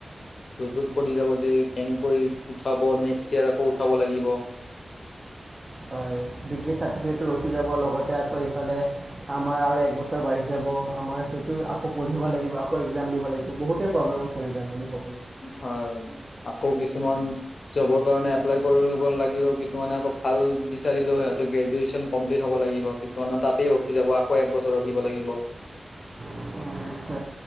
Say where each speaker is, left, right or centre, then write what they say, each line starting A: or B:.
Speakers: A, on the left (about 70°); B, on the right (about 40°).
A: জোদত পৰি যাব যে, কেনেকৈ উঠাব, নেক্সট ইয়েৰ আকৌ উঠাব লাগিব।
B: হয়। ডিগ্ৰী চাৰ্টিফিকেটটো ৰখি যাব লগত এতিয়া আকৌ এইফালে আমাৰ আৰু এক বছৰ বাঢ়ি যাব। আমাৰ সেইটো আকৌ পঢ়িব লাগিব, আকৌ এক্সাম দিব লাগিব, বহুতেই প্ৰব্লেমত পৰি যাম আমি সক
A: হয়, আকৌ কিছুমান জবৰ কাৰণে এপ এপ্লাই কৰিব লাগিব, কিছুমানে আকৌ ভাল বিচাৰিলেও সিহঁতে গ্ৰেজুৱেশ্যন কমপ্লিট হ'ব লাগিব, কিছুমানে তাতেই ৰখি যাব আকৌ একবছৰ ৰখিব লাগিব।
B: অঁ, নিশ্চয়।